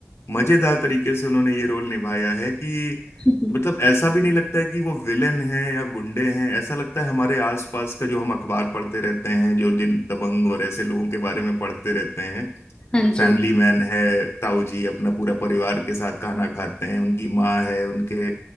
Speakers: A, on the left; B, on the left.
A: मजेदार तरीके से उन्होंने ये रोल निभाया है कि
B: <laughs>
A: मतलब ऐसा भी नहीं लगता है कि वो विलेन हैं या गुंडे हैं ऐसा लगता है हमारे आसपास का जो हम अखबार पढ़ते रहते हैं जो दिन दबंग और ऐसे लोगों के बारे में पढ़ते रहते हैं
B: हाँ जी
A: फैमिली मैन है ताऊ जी अपना पूरा परिवार के साथ खाना खाते हैं उनकी माँ है उनके